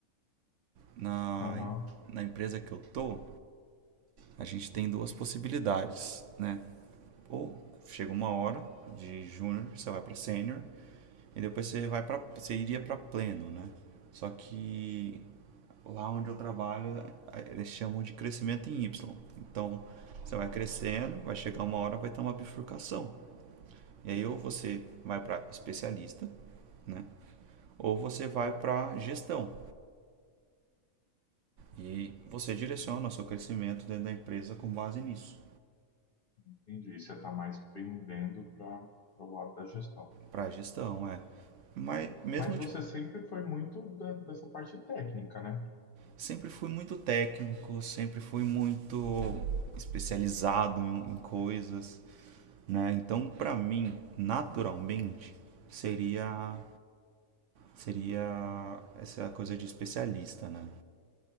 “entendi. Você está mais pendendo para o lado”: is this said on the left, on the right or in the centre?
Left